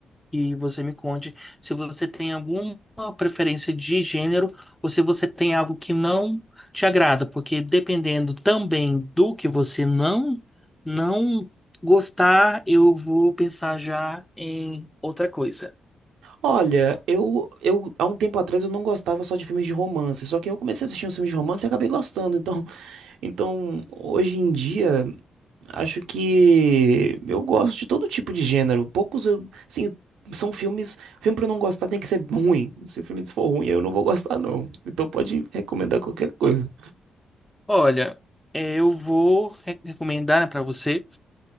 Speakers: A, in the centre; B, on the right.
A: que você me conte se você tem alguma preferência de gênero ou se você tem algo que não te agrada, porque dependendo também do que você não não gostar, eu vou pensar já em outra coisa.
B: Olha, eu, eu há um tempo atrás eu não gostava só de filmes de romance, só que eu comecei a assistir uns filmes de romance e acabei gostando. Então, então hoje em dia Acho que eu gosto de todo tipo de gênero. Poucos eu, assim, são filmes, filme pra eu não gostar tem que ser ruim. Se o filme for ruim, eu não vou gostar não. Então pode recomendar qualquer coisa.
A: Olha, eh, eu vou re- recomendar né, para você